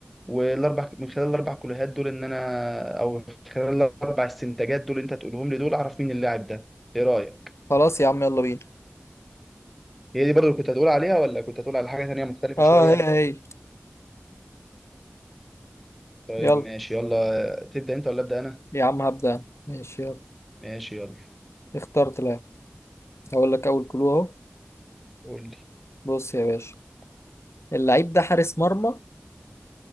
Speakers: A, in the centre; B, on the left.
A: والاربع من خلال الاربع كلوهات دول ان انا او من خلال الاربع استنتاجات دول انت تقولهم لي دول اعرف مين اللاعب ده ايه رايك
B: خلاص يا عم يلا بينا
A: هي دي برضو اللي كنت هتقول عليها ولا كنت هتقول على حاجه تانيه مختلفه
B: اه
A: شويه
B: هي هي
A: طيب
B: يلا
A: ماشي يلا تبدا انت ولا ابدا انا
B: يا عم هبدا أنا. ماشي يلا
A: ماشي يلا
B: اخترت لاعب هقول لك اول كلو اهو
A: قول لي
B: بص يا باشا اللعيب ده حارس مرمى